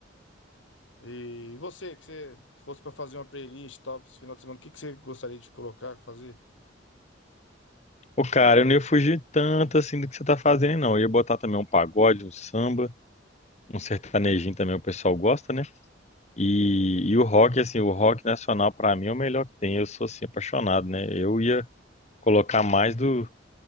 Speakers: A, on the left (about 75°); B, on the left (about 35°).
A: E você, que você se fosse para fazer uma playlist e tal, para esse final de semana, o que que você gostaria de colocar, fazer?
B: Ô, cara, eu não ia fugir tanto assim do que você tá fazendo, não. Eu ia botar também um pagode, um samba, um sertanejinho também, o pessoal gosta, né? E, e o rock, assim, o rock nacional pra mim é o melhor que tem. Eu sou, assim, apaixonado, né? Eu ia colocar mais do,